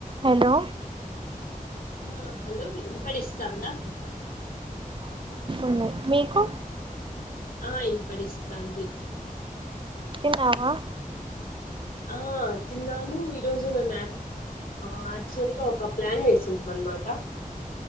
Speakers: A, on the right (about 35°); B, on the left (about 80°).
A: హలో
B: ఆ హలో ఇన్ని పడస్తా అందా
A: ఉన్నాయి మీకు
B: ఆ ఇన్ పటిస్తతంది
A: తిన్నావా
B: ఆ తిన్నాను ఈ రోజు మే మ్యా ఆ యాక్చువల్ గా ఒక ప్లాన్ వేసింటాం అనమాట